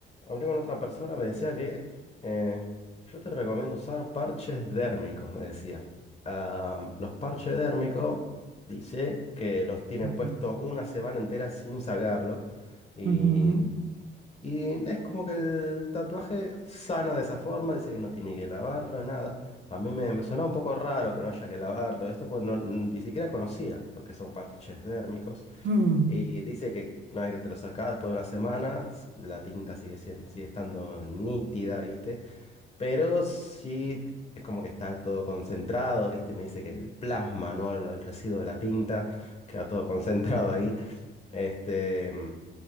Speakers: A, on the left (about 30°); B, on the right (about 65°).
A: hablé con otra persona, me decía que eh, yo te recomiendo usar parches dérmicos, me decía. Ah, los parches dérmicos, dice que los tiene
B: Ujú.
A: puesto una semana entera sin sacarlo. Y
B: Ujú.
A: Y es como que el tatuaje sana de esa forma, dice que no tiene que lavarlo, nada. A mí me, me sonaba un poco raro que no haya que lavarlo, esto pues no, ni siquiera conocía lo que son parches dérmicos.
B: Mm.
A: Y dice que una vez que te lo sacas, después de una semana, s- la tinta sigue, sien- sigue estando nítida, ¿viste? Pero sí es como que está todo concentrado, ¿viste? Me dice que el plasma, ¿no? El, el residuo de la tinta queda todo concentrado ahí. Este,